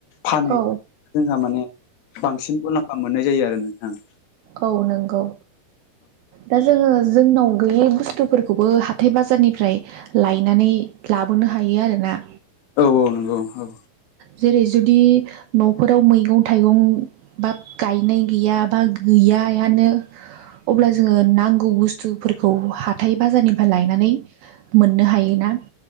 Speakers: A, on the left; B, on the right.
A: फानहैयो
B: औ
A: जोंहा माने बांसिन मुलाम्फा मोननाय जायो आरो नोंथांं।
B: औ नोंगौ। दा जोङो जोंनाव गैयै बुस्थुफोरखौबो हाथाय बा बाजारनिफ्राय लायनानै लाबोनो हायो आरोना।
A: औ औ नोंगौ औ।
B: जेरै- जुदि न फोराव मैगं थाइगं बा गायनाय गैया बा गैयानो अब्ला जोङो नांगौ बुस्थुफोरखौ हाथाय बाजारनिफ्राय लायनानै मोननो हायोना।